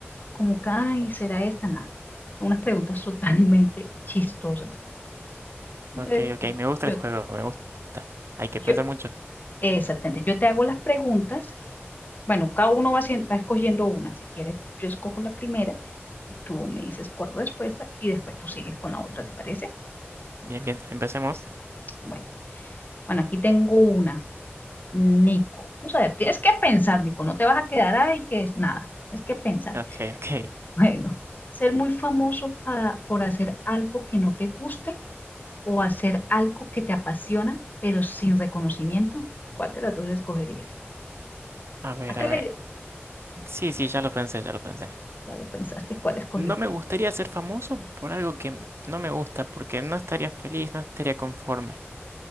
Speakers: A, on the left; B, on the right.
A: como que, ay, será esta, nada. Unas preguntas totalmente chistosas. Entonces,
B: Ok, ok, me gusta
A: yo,
B: el juego, me gusta. Hay que
A: yo,
B: pensar mucho.
A: exactamente, yo te hago las preguntas Bueno, cada uno va, haciendo, va escogiendo una. Si quieres, yo escojo la primera y tú me dices cuál respuesta y después tú sigues con la otra, ¿te parece?
B: Bien, bien, empecemos.
A: Bueno, bueno, aquí tengo una. Nico, o sea, tienes que pensar, Nico, no te vas a quedar ahí que es nada, tienes que pensar.
B: Ok, ok.
A: Bueno, ser muy famoso pa- por hacer algo que no te guste o hacer algo que te apasiona, pero sin reconocimiento, ¿cuál de las dos escogerías?
B: A ver,
A: Hazte
B: a ver.
A: la idea.
B: Sí, sí, ya lo pensé, ya lo pensé.
A: Ya lo pensaste, ¿cuál escogiste?
B: No me gustaría ser famoso por algo que m- no me gusta, porque no estaría feliz, no estaría conforme.